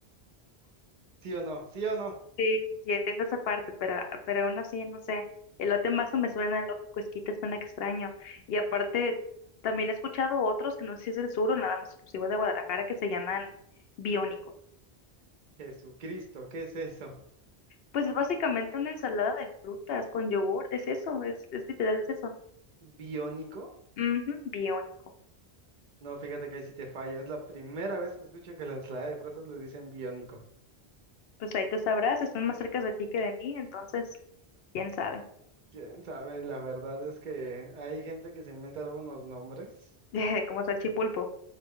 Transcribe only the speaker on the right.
¿Sí o no? ¿Sí o no?
Jesucristo, ¿qué es eso?
¿Biónico?
No, fíjate que ahí sí te fallo. Es la primera vez que escucho que la ensalada de frutas le dicen biónico.
¿Quién sabe? La verdad es que hay gente que se inventa luego unos nombres.